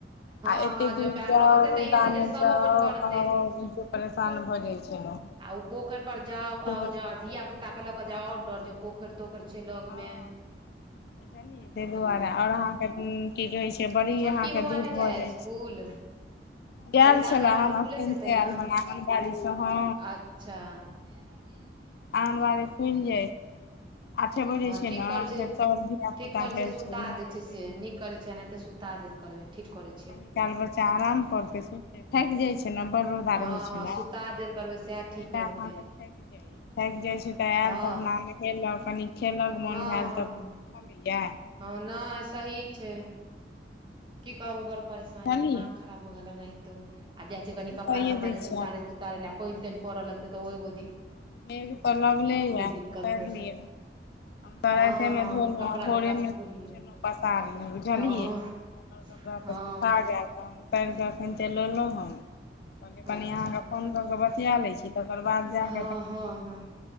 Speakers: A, on the right (about 30°); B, on the left (about 60°).
A: हँ
B: आ एते
A: हँ जमे
B: दूर जाउ
A: रहते तऽ
B: रौदा
A: ई हेतै
B: मे
A: जे सब
B: जाउ,
A: अपन करते
B: आउ बुझियो परेशान भऽ जाय छलो।
A: आ ओ पोखरि पर जाउ आ
B: हुनका
A: जा धिया पुता के
B: पूजा
A: लऽ क जाउ
B: नहि
A: ओर
B: होइ
A: डर
B: छलै
A: जै पोखरि तोइखर छै लग
B: हँ
A: मे
B: बुझलियै ताहि
A: हँ।
B: दुआरे आओर अहाँके की कहै छै बड़ी
A: छोटकी
B: अहाँके
A: बौआ
B: दूर
A: नहि
B: भऽ
A: जे
B: जाइ
A: स्कूल?
B: छै
A: अभी
B: गेल
A: तऽ
B: छले
A: आंगनबाड़ी
B: हम
A: खुलैत
B: अखन
A: हेते
B: से आयल
A: ने
B: हन आंगनबाड़ी से हँ
A: अच्छा कि
B: आँगनबाड़ी खुल जाय। आठे बजे
A: हँ
B: छे
A: ठीक
B: ने
A: कर छै
B: फेर त धियापुता
A: ठीक करै
B: ख
A: छियै सुता
B: छै ब कर
A: दै से नीक करै छियै एनाहिते सुता देल करबै ठीक करै छियै
B: कनी काल बच्चा आराम करतै सुततै थाकि जाइ छै ने बड़ रौदा
A: हँ
B: रहै।
A: हँ
B: छै ने
A: सुता देल करबै सएह ठीक
B: ताहि लए कऽ
A: रहतै।
B: अहाँके थाकि जाइ थाकि जाइत छी तऽ आयल
A: हँ
B: तऽ अपना नहेलक कनी खेलक मोन
A: हँ
B: भेल
A: हँ
B: तऽ
A: हँ
B: होमया
A: हँ नहि सही छै। की कहू बड़
B: बुझलियै
A: परेशानी दिमाग खराब हो गेल। ओनाहितो आब जाइ छी।
B: तऽ
A: कनि
B: सुताइए
A: कपड़ा तपड़ा
B: दै
A: जे छै।
B: छियै
A: उतारै
B: आब
A: तुतारे ल पानि तानि परऽ लगत। तऽ ओहो एगो्
B: मेघ त लगले। य
A: दिक्कत
B: उताइर
A: हे
B: लिय। हम तऽ राइतेमे
A: हँ हँ
B: धोलहुँ।
A: कपड़ा
B: आ भोरे
A: लत्ता
B: मे
A: सब धोलियै
B: छलहु। पसार ने बुझलियै।
A: हँ
B: क कपड़ा
A: हँ
B: त सुखा गेल। तऽ हम उतारि कऽ एखन ते लेलहुँ हन। कहलियै कनि
A: अच्छा
B: अहाँके फोन कऽ कऽ बतिया लै छी। तकर बाद जा
A: हँ
B: क
A: हँ हँ